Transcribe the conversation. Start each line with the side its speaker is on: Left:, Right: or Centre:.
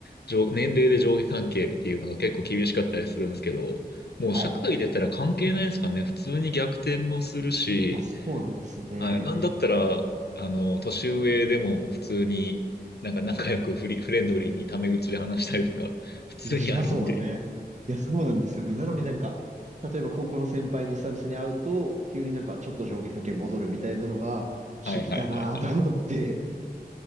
Left: 上年齢で上下関係っていうのが結構厳しかったりするんですけど、もう社会出たら関係ないですからね。
Right: はい。
Left: 普通に逆転もするし、
Right: いや、そうなんですよね。
Left: はい。なんだったら、あの、年上でも普通に、なんか仲良くフリ、フレンドリーにタメ口で話したりとか、<laughs> 普通にあるんで。
Right: いや、しますもんね。いや、そうなんですよね。なのになんか、例えば高校の先輩に久々に会うと、急になんかちょっと上下関係戻るみたいなのが不思議だなと思って。
Left: はいはいはいはい。